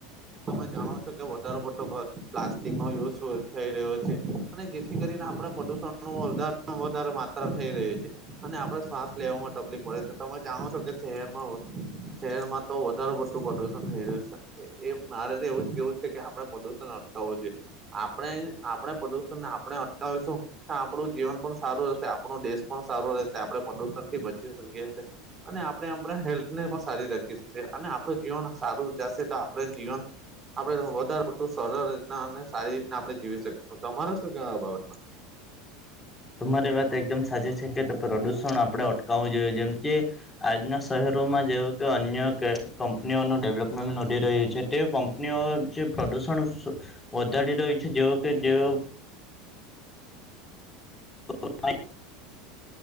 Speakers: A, on the right (about 25°); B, on the left (about 15°).
A: તમે જાણો છો કે વધારે પટોર પ્લા યુ થઈ રહ્યો છે, અને જેથી કરીને આપણા પ્રદુષણ નો વધારે વધારે માત્રા થઈ રહી છે. અને આપણે શ્વાસ લેવામાં તકલીફ પડે છે તમે જાણો છો કે શહેરમાં શહેરમાં તો વધારેુ પડતું પ્રદુષણ થઈ રહ્યું છે એ મારે તો એવું જ કેવું છે કે આપડણે પ્રદુષણ અટકાવવું જોઈએ. આપણે આપણે પ્રદુષણને આપણે અટકાવીશું. તો આપણું જીવન પણ સારું રહેશે આપણો દેશ પણ સારો રહેશે આપણે પ્રદુષણ થી બચી શકીએ છીએ. અને આપણે આપણા હેલ્થને પણ સારી રાખીએએ અને આપણું જીવન સારું જશે તો આપણે જીવન આપડણે વધારે પડતું સરળ રીતના અને સારી રીતના આપડણે જીવી શકીશું તમારે શું કેવાય આ બાબતમાં.?
B: તમારી વાત એકદમ સાચી છે કે, પ્રદુષણ આપણે અટકાવવું જોઈએ જેમ કે આજના શહેરોમાં જેવું કે અન્ય કંપનીઓનું ડેવલપમેન્ટ વધી રહ્યું છે તે કં પ <inaudible> જે પ્રદૂષણ બદાળ રહી છે જેવ કે જેવો <unintelligible> <inaudible>